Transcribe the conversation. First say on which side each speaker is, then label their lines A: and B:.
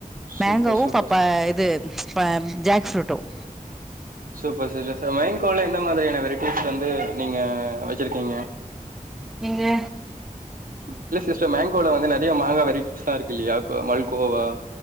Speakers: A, in the centre; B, on the right (about 80°).
A: மேங்கோவும்
B: சூப்பர், சூப்பர்
A: பப்ப
B: சிஸ்டர்.
A: இது ஜேக் ஃப்ரூட்டும்
B: சூப்ப சிஸ்ட சர் மேங்கோல எந்த மாதிரியான வெரைட்டிஸ் வந்து நீங்க வச்சிருக்கீங்க
A: நீங்க
B: இல்ல சிஸ்ட மேங்கோல வந்து நெறய மாங்கா வெரைட்டிஸ்லா இருக்கு இல்லையா கோ மல்கோவா